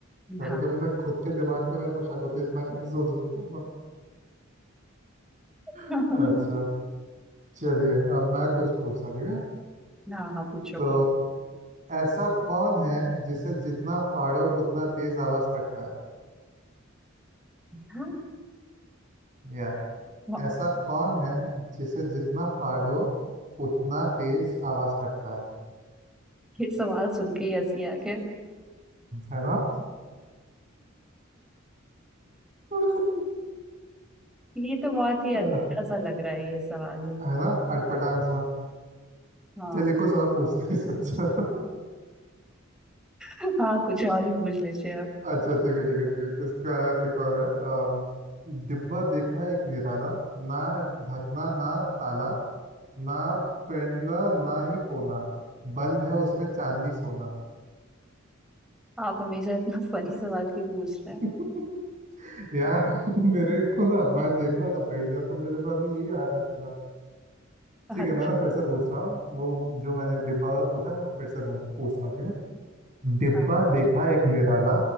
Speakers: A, on the right; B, in the centre.
A: कभी
B: हाँ
A: कभी ना खुद के दिमाग पे मेरे को शक होता है इतना कैसे सोच देता हूँ मैं।
B: <laughs>
A: अच्छा चलिए अब मैं कुछ पूछता हूँ, ठीक है
B: हाँ हाँ पूछो
A: तो
B: पूछो
A: ऐसा कौन है जिसे जितना फाड़ो उतना तेज आवाज करता है
B: यार,
A: या
B: वाह,
A: ऐसा कौन है जिसे जितना फाड़ो उतना तेज आवाज करता है
B: ये सवाल सुन के ही हंसी आ गया
A: है ना <laughs>
B: ये तो बहुत ही
A: अ,
B: अच्छा सा लग रहा है ये सवाल ही
A: है ना अटपटांग सा
B: हाँ
A: चलिए कुछ और पूछते हैं इससे अच्छा <laughs>
B: <laughs> हाँ कुछ और ही पूछ लीजिए आप
A: अच्छा ठीक है ठीक है ठीक है इसका एक और है अम, डिब्बा देखा एक निराला ना ढकना ना ताला ना पेंडा ना ही कोना बंद है उसमें चांदी सोना
B: आप हमेशा इतना फनी सवाल क्यों पूछ रहे
A: <laughs> यार <laughs> मेरे को ना मैं देख रहा था पहेलियां तो मेरे सामने यही आ रहा है फिलहाल ठीक
B: हैं अच्छा
A: है मैं ना फिर से पूछ रहा हूँ वो जो मैंने डिब्बा वाला पूछा मैं फिर से पूछ पूछ रहा हूँ ठीक है डिब्बा
B: हाँ
A: देखा एक निराला